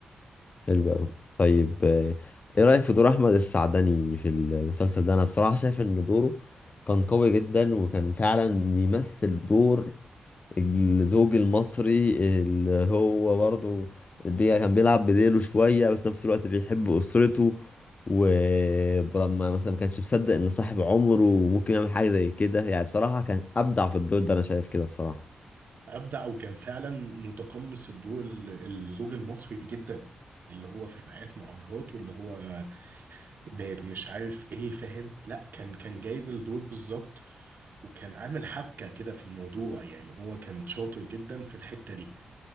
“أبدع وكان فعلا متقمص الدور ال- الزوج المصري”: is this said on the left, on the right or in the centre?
Right